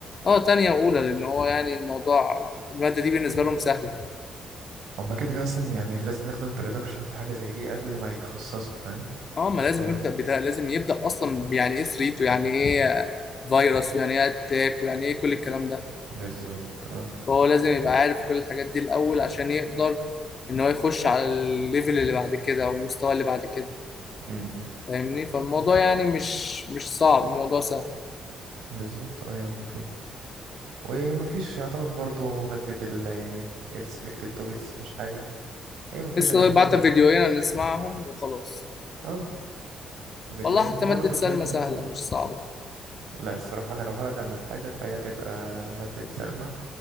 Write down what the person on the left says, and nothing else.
اه تانية واولى لان هو يعني الموضوع الماده دي بالنسبه لهم سهله
اه ما
لازم
يبدا بده لازم يبدا اصلا يعني ايه ثريت ويعني ايه فيروس ويعني ايه اتاك ويعني ايه كل الكلام ده
فهو لازم يبقى عارف كل الحاجات دي الاول عشان يقدر ان هو يخش على الليفل اللي بعد كده او المستوى اللي بعد كده
فاهمني فالموضوع يعني مش مش صعب الموضوع سهل
لسه
بعت فيديوهين نسمعهم وخلاص
والله حتى
مادة سلمى
سهلة
مش صعبة